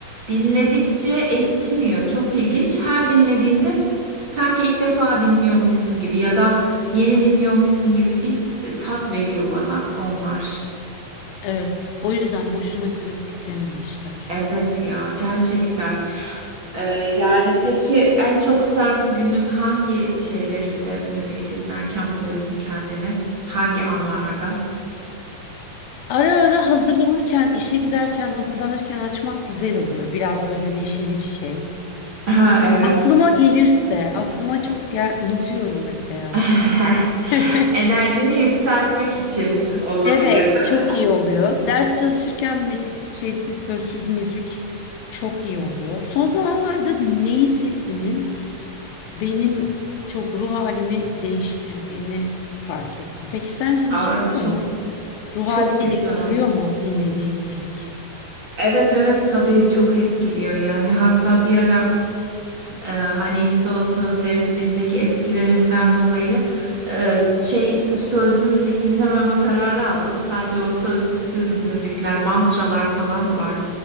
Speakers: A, on the right; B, on the left.
A: dinledikçe eskimiyor. Çok ilginç. Her dinlediğinde sanki ilk defa dinliyormuşsun gibi ya da yeni dinliyormuşsun gibi bir e, tat veriyor bana onlar.
B: evet o yüzden boşuna klasik dememişler.
A: Evet ya gerçekten. Ee, yani peki en çok sen günün hangi şeylerinde müzik dinlerken buluyorsun kendini? Hangi anlarda?
B: Ara ara hazırlanırken, işe giderken hazırlanırken açmak güzel oluyor. Biraz böyle neşeli bir şey.
A: Ha, evet.
B: Aklıma gelirse, aklıma çok gel unutuyorum mesela.
A: <laughs>
B: <laughs>
A: Enerjini yükseltmek için olabilir,
B: Evet,
A: değil
B: çok
A: mi?
B: iyi oluyor. Ders çalışırken müzik şeysi, sözsüz müzik çok iyi oluyor. Son zamanlarda ney sesinin benim çok ruh halimi değiştirdiğini fark ettim. Peki sence de
A: Aa,
B: şey
A: çok
B: oluyor mu? Ruh
A: çok
B: halini
A: güzel.
B: etkiliyor mu dinlediğin müzik?
A: Evet evet tabii çok etkiliyor yani hatta bir ara e, hani işte o sözlerin bizdeki etkilerinden dolayı e, şey sözlü müzik dinlememe kararı aldım. Sadece o sözsüz müzikler, mantralar falan var.